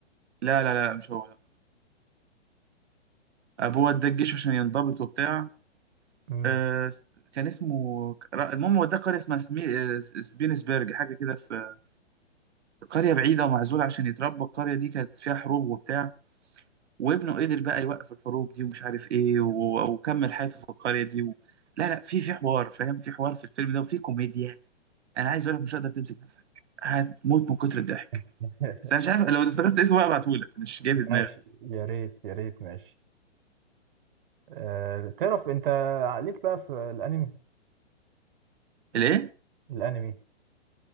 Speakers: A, on the right; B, on the right.
A: لا لا لا مش هو لا. ابوه وداه الجيش عشان ينضبط وبتاع
B: امم
A: آه، كان اسمه المهم وداه قرية اسمها سمي... آه، سبينسبرج حاجة كده في قرية بعيدة ومعزولة عشان يتربى القرية دي كانت فيها حروب وبتاع وابنه قدر بقى يوقف الحروب دي ومش عارف ايه و- وكمل حياته في القرية دي و... لا لا في في حوار فاهم في حوار في الفيلم ده وفي كوميديا انا عايز اقول لك مش هتقدر تمسك نفسك هتموت من كتر الضحك
B: <laughs>
A: بس انا مش عارف لو افتكرت اسمه بقى ابعتهولك مش جاي
B: ماشي
A: في دماغي
B: يا ريت يا ريت ماشي أه تعرف انت عليك بقى في الانمي
A: الايه
B: الانمي